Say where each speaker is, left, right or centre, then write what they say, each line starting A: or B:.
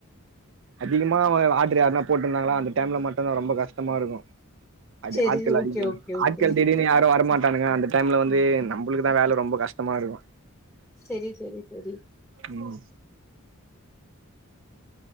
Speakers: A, on the right (about 60°); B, in the centre.
A: அதிகமா வ ஆட்ரு யார்னா போட்ருந்தாங்ளா அந்த டைம்ல மட்டுதா ரொம்ப கஷ்டமாருக்கு அது
B: செரி
A: ஆட்கள் அதிகமா
B: ஓகே ஓகே ஓகே
A: ஆட்கள் திடீர்னு யாரு வரமாட்டானுக அந்த டைம்ல வந்து நம்ளுக்குதா வேல ரொம்ப கஷ்டமா இருக்கு
B: செரி செரி செரி
A: ம்